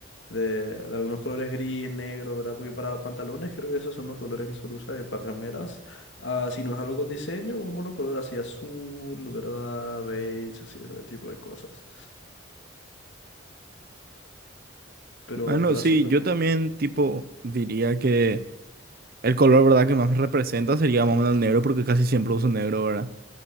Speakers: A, on the left (about 70°); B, on the right (about 50°).
A: de, de algunos colores gris, negro, ¿verdad? Porque para pantalones creo que esos son los colores que suelo usar y para remeras, ah, si no es algo con diseño, un monocolor así azul, ¿verdad? Beige, así, ese tipo de cosas. Pero,
B: Bueno,
A: pero
B: sí,
A: así no.
B: yo también tipo diría que el color, ¿verdad? Que más me representa sería más o menos el negro porque casi siempre uso negro, ¿verdad?